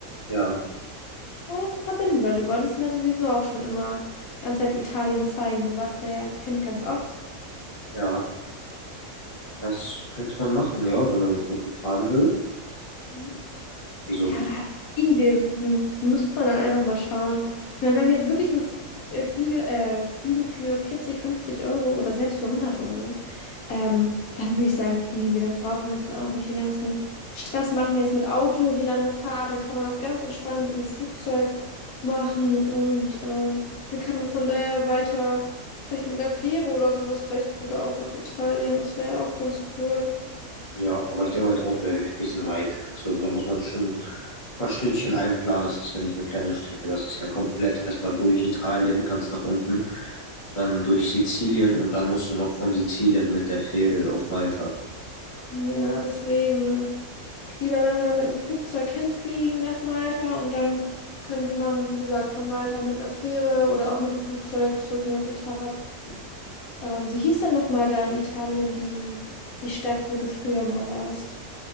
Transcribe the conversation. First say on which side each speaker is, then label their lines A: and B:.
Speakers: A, on the left; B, on the left.
A: Ja,
B: Ich kann das ja verbinden, weil du wolltest mir sowieso auch schon immer ganz Zeit Italien zeigen. Du warst da ja als Kind ganz oft.
A: ja. Das könnte man machen, ja, wenn man mit Auto fahren will.
B: Mhm.
A: Wieso
B: Ja,
A: denn?
B: oder halt fliegen wir, m- muss man dann einfach mal schauen. Ich meine, wenn wir jetzt wirklich nur F äh, Fliege, äh, Flüge für 40 50 Euro oder selbst für hundert Euro, ähm, dann würde ich sagen, fliegen wir. Dann brauchen wir uns auch nicht den ganzen Stress machen jetzt mit Auto, die lange Fahrt. Dann kann man das ganz entspannt mit einem Flugzeug machen und ähm, dann kann man von daher weiter, vielleicht mit einer Fähre oder sowas, vielleicht sogar auch nach Italien. Das wäre ja auch ganz cool.
A: Ja, aber ich denke mal, mit Auto wäre wirklich ein bisschen weit. So, da muss man schon ein paar Stündchen einplanen. Das ist ja nicht eine kleine Strecke. Das ist ja komplett erstmal durch Italien, ganz nach unten, dann durch Sizilien und dann musst du noch von Sizilien mit der Fähre auf Malta.
B: Ja, deswegen. Lieber, wenn wir da mit einem Flugzeug hinfliegen nach Malta und dann könnte man, wie gesagt, von Malta mit einer Fähre oder auch mit dem Flugzeug zurück nach Italien. Ähm, wie hieß denn nochmal da in Italien die, die Stadt, wo du früher mal warst?